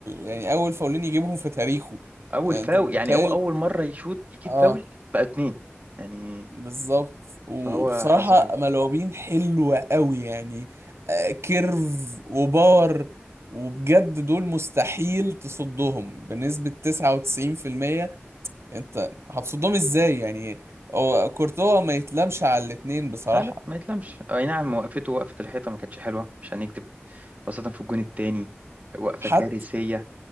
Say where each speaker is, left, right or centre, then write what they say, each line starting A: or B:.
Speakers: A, on the right; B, on the right.
A: يعني اول فاولين يجيبهم في تاريخه
B: اول
A: يعني
B: فاول
A: انت متخيل
B: يعني هو اول مره يشوط يجيب
A: اه
B: فاول بقى اتنين يعني
A: بالظبط و-
B: فهو
A: وبصراحة
B: حظه حلو
A: ملعوبين حلوة قوي يعني آه، كيرف وباور وبجد دول مستحيل تصدهم بنسبة 99% انت هتصدهم ازاي يعني هو كورتوا ما يتلامش على الاتنين بصراحة
B: لا لا ما يتلمش اي نعم وقفته وقفه الحيطه ما كانتش حلوه مش هنكدب خاصه في الجون التاني وقفه
A: حتى
B: كارثيه